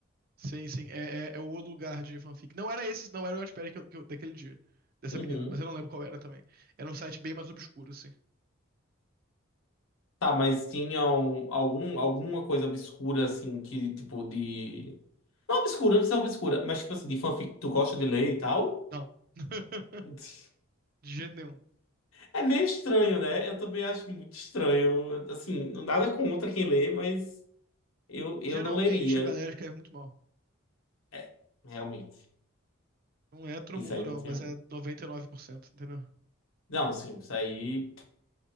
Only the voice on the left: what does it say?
Uhum.
Tá, mas tinha um- algum, alguma coisa obscura, assim, que tipo de. Não obscura, não precisa ser obscura, mas tipo assim, de fanfic que tu gosta de ler e tal.
<laughs>
É meio estranho, né? Eu também acho muito estranho. Assim, nada contra quem lê, mas eu, eu
não leria.
É, realmente.
Isso
aí
não tinha.
Não, sim, isso aí.